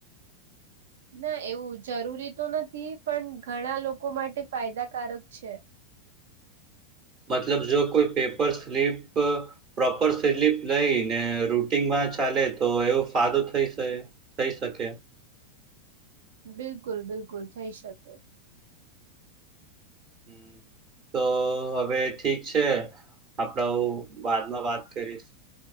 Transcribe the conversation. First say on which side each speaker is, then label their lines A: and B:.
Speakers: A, on the right; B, on the right.
A: ના એવું જરૂરી તો નથી પણ ઘણા લોકો માટે ફાયદાકારક છે.
B: મતલબ જો કોઈ પેપર સ્લીપ પ્રોપર સ્લીપ લઈને રૂટનમાં ચાલે તો એવું ફાદો થઈ સે. થઈ શકે.
A: બિલકુલ બિલકુલ થઈ શકે.
B: હમ્મ, તો હવે ઠીક છે આપડા ઓ બાદમાં વાત કરીશ.